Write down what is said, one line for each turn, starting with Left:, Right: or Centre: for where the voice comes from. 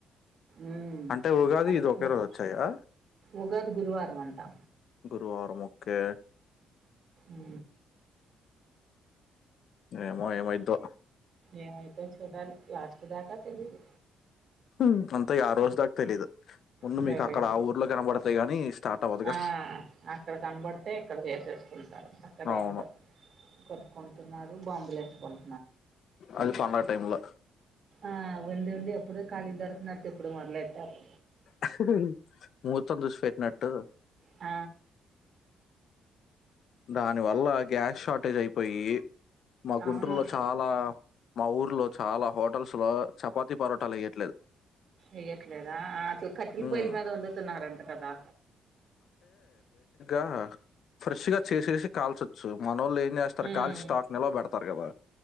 Right: ఉ
Left: అంటే ఉగాది
Right: అంటున్నారు
Left: ఇది ఒకే రోజు వచ్చాయా
Right: ఉగాది గురువారం అంటా
Left: గురువారము ఒక్కే
Right: మ్
Left: ఏమో ఏమైద్ధో
Right: ఏమైద్ధో చూడాలి చూ దాకా తెలిదు
Left: మ్ అంతా ఆ రోజు దాకా తెలీదు. ముందు
Right: చూడలేదు
Left: మీకు అక్కడ ఆ ఊర్లో కనబడుతాయి గాని స్టార్ట్ అవ్వదుగా
Right: ఆ అక్కడ కనబడితే ఇక్కడ చేసెసుకుంటారు అక్కడ
Left: అవును
Right: ఏంటో కొ కొంటున్నారు బాంబులు ఎస్కొన్
Left: అది పండగ టైమ్ల
Right: ఆ వండుండి ఎప్పుడు ఖాళీ దొరకనట్టు ఇప్పుడు మొదలెట్టాము.
Left: ఆహ్హుఉ మూర్తం చూసి పెట్టినట్టు.
Right: ఆ
Left: దాని వల్ల గ్యాస్ షార్టేజ్ అయిపోయి మా గుంటూరులో
Right: అవును
Left: చాలా మా ఊర్లో చాలా హోటల్స్ లో చపాతి పరోటాలయ్యే
Right: ఎయ్యట్లేదా ఆతు కట్లి
Left: ఉమ్,
Right: పొయల్ మీద వండుతున్నారంట కదా.
Left: ఆ ఫ్రెష్ గా చేసేసి కాల్చచ్చు మనోలే నేస్తారు
Right: ఉమ్,
Left: కాల్చి స్టాక్ నిలో పెడతారు కదా